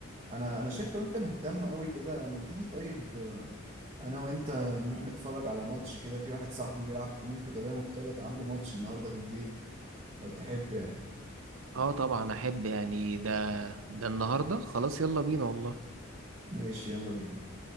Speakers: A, on the right; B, on the right.
A: انا انا شايف لو انت مهتم قوي كده ما تيجي طيب آه، انا وانت نروح نتفرج على ماتش كده في واحد صاحبي بيلعب فنون قتالية مختلطة عنده ماتش النهاردة بالليل لو تحب يعني
B: اه طبعا أحب يعني ده ده النهاردة خلاص يلا بينا والله
A: ماشي يلا بينا